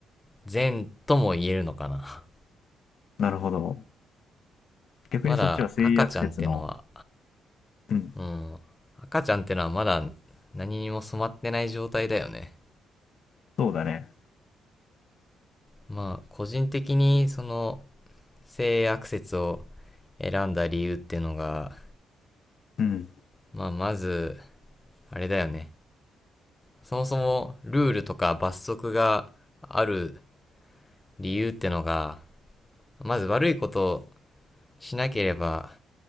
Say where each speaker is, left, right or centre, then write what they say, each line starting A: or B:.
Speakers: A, on the left; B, on the left.
A: 善とも言えるのかな。
B: なるほど。逆にそっちは性悪説の、
A: まだ赤ちゃんってのは
B: うん、
A: うん。赤ちゃんってのはまだ何にも染まってない状態だよね。
B: そうだね。
A: まあ、個人的にその性悪説を選んだ理由っていうのが、
B: うん、
A: まあ、まず、あれだよね。そもそもルールとか罰則がある理由ってのが、まず悪いことをしなければ、